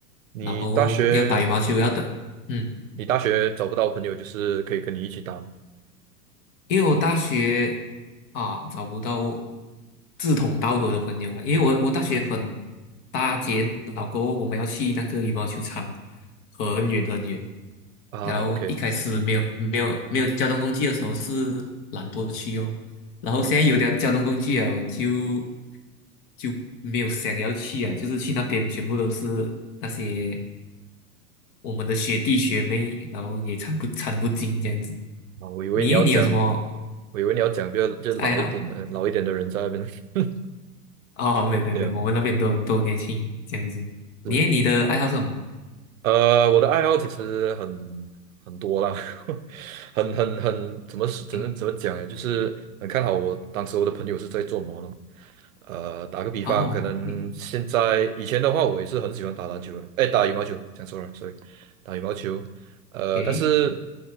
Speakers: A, on the right; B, on the left.
A: 你大学，
B: 然后要打羽毛球要等，嗯。
A: 你大学找不到朋友，就是可以跟你一起打吗
B: 因为我大学啊找不到志同道合的朋友了，因为我我大学很
A: 嗯
B: 搭肩，老后我们要去那个羽毛球场，很远很远。
A: 啊，OK，
B: 然后一开始没有没有没有交通工具的时候是懒惰去哦，然后现在有点交通工具了，
A: 啊
B: 就就没有想要去啊，就是去那边全部都是那些我们的学弟学妹，然后也参不参不进这样子。
A: 啊，我以为你要讲，
B: 你耶你有什么
A: 我以为你要讲比较就老一点的，
B: 爱好？
A: 老一点的人在那边，<laughs>
B: 哦，没有没有没有，
A: 没有没有，
B: 我们那边都都年轻这样子。
A: 是
B: 你诶你的爱好是什么？
A: 呃，我的爱好其实很很多啦，<laughs> 很很很怎么说怎么怎么讲呢？
B: 诶，
A: 就是很看好我当时我的朋友是在做什咯。呃，打个比方，
B: 哦，
A: 可能现在以前的话，
B: 诶
A: 我也是很喜欢打篮球的，哎，打羽毛球，讲错了，sorry，打羽毛球。呃，
B: 诶，
A: 但是